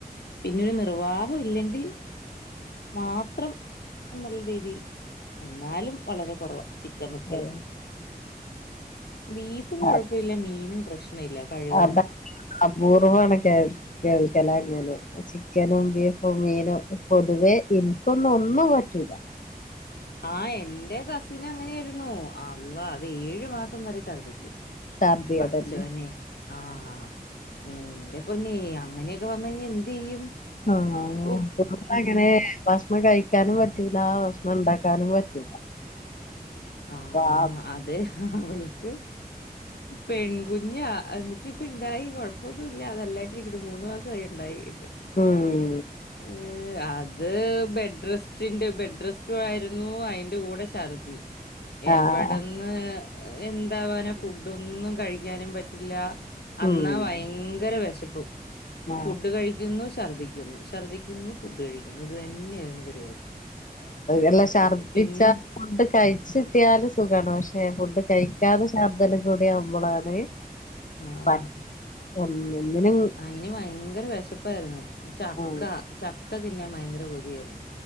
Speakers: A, on the left (about 85°); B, on the left (about 55°).
A: പിന്നെ ഒരു - നിർവാഹം ഇല്ലെങ്കിൽ- മാത്രം എന്നുള്ള രീതിയിൽ എന്നാലും വളരെ കുറവ ചി ക്കൻ വെക്കല്
B: ഉം
A: ബീഫും കൊഴപ്പില്ല
B: അതെ അത്
A: മീനും പ്രശ്നമില്ല കഴ്
B: അത അപൂർവ്വമാണ് കേ കേൾക്കല അങ്ങനത് ചിക്കനും ബീഫും മീനും പൊതുവേ എനിക്കൊന്നും ഒന്നും പറ്റൂല
A: ആഹ് എന്റെ കസിന് അങ്ങനെയായിരുന്നു അള്ളാ അത് ഏഴു മാസം വരെ ശർദിച്ചു
B: ഛർദി
A: പടച്ചവനെ
B: അതന്നെ
A: ആഹ് മ് എന്റെ പൊന്നേ അങ്ങനെയൊക്കെ വന്ന് കഴിഞ്ഞാ എന്ത് ചെയ്യും
B: ആഹ്
A: ഓഹ്
B: <unintelligible>
A: ഉം
B: ങ്ങനെ ഭക്ഷണം കഴിക്കാനും പറ്റൂലാ ഭക്ഷണം ഉണ്ടാക്കാനും പറ്റൂല
A: ആഹ്
B: വാ
A: അതെ അവൾക്ക് പെൺകു കുഞ്ഞാ എന്നിട്ട് ഇപ്പ ഇണ്ടായി കൊഴപ്പമൊന്നും ഇല്ല നല്ലായിട്ട് ഇരിക്കും മൂന്നു മാസമായി ഉണ്ടായിട്ട്
B: ഉം
A: ഏ അത് ബെഡ് റെസ്റ്റ് ഉണ്ട് ബെഡ് റെസ്റ്റ്മായിരുന്നു അതിന് ൻ്റെകൂടെ ഛർദ്ദി- എവിടന്ന്
B: ആഹ്
A: എന്താവാനോ ഫുഡൊന്നും കഴിക്കാനും പറ്റില്ല അന്നാ
B: ഉം
A: ഭയങ്കര വെശപ്പും
B: ആ
A: ഫുഡ് കഴിക്കുന്നു ശർദ്ദിക്കുന്നു ശർദ്ദിക്കുന്നു ഫുഡ് കഴിക്കുന്നു ഇത് തന്നെയായിരുന്നു പരിപാടി
B: എല്ലാം
A: ഇൻ്റെ
B: ഛർദിച്ചാ
A: പൊന്നെ പിന്നെ
B: ഫുഡ് കഴിച്ച് കിട്ടിയാല് സുഖാണ് പക്ഷേ ഫുഡ് കഴിക്കാതെ ശർദലും കൂടി ആവുമ്പളാണ്
A: ആഹ്
B: <unintelligible> ഒന്ന് ഒന്നിന്
A: അയിന് ഭയങ്കര വെശപ്പായിരുന്നു ചക്ക
B: ആ
A: ചക് ചക്ക തിന്നാൻ ഭയങ്കര കൊതിയായിരുന്നു